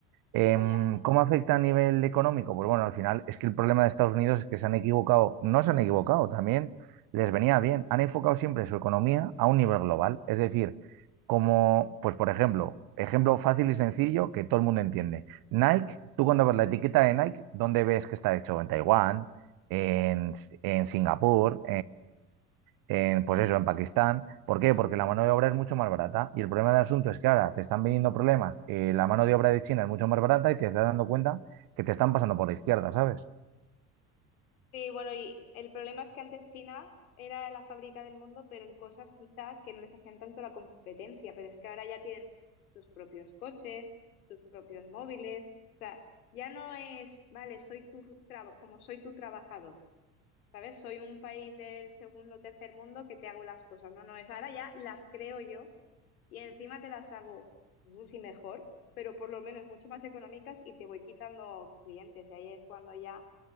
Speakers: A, on the right; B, on the left.
A: Em,
B: Vaya.
A: ¿cómo afecta a nivel económico? Pues bueno, al final es que el problema de Estados Unidos es que se han equivocado, no se han equivocado, también les venía bien, han enfocado siempre su economía a un nivel global, es decir, como, pues por ejemplo, ejemplo fácil y sencillo que todo el mundo entiende. Nike, tú cuando ves la etiqueta de Nike, ¿dónde ves que está hecho? En Taiwán, en, en Singapur, en, pues eso, en Pakistán. ¿Por qué? Porque la mano de obra es mucho más barata. Y el problema del asunto es que ahora te están viniendo problemas, eh, la mano de obra de China es mucho más barata y te estás dando cuenta que te están pasando por la izquierda, ¿sabes?
B: Sí, bueno, y el problema es que antes China era la fábrica del mundo, pero en cosas quizá que no les hacían tanto la competencia, pero es que ahora ya tienen sus propios coches, sus propios móviles, o sea, ya no es, vale, soy tu traba- como soy tu trabajador, ¿sabes? Soy un país del segundo o tercer mundo que te hago las cosas, no, no, es ahora ya las creo yo y encima te las hago, no sé si mejor, pero por lo menos mucho más económicas y te voy quitando clientes y ahí es cuando ya,